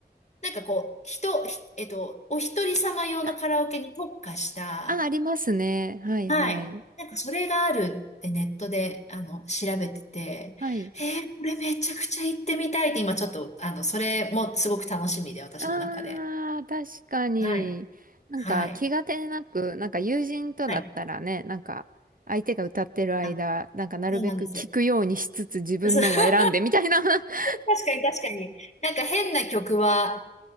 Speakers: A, on the left (about 40°); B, on the right (about 55°).
A: なんかこう、人、ひえっと、お一人様用のカラオケに特化した、
B: あ、あ、ありますね。はいはい。
A: はい。なんかそれがあるってネットで、あの、調べてて、
B: はい。
A: えー、これめちゃくちゃ行ってみたいって今ちょっと、あの、それもすごく楽しみで、私の中で。
B: ああ、確かに。
A: はい。
B: なんか気がてなく、
A: はい。
B: なんか友人とだったらね、
A: はい。
B: なんか相手が歌ってる間、
A: あ、
B: なんかなるべく聞くようにしつつ自分のも選んでみたいな。
A: そうなんですよ。そう <laughs>
B: <laughs>
A: 確かに確かに。なんか変な曲は、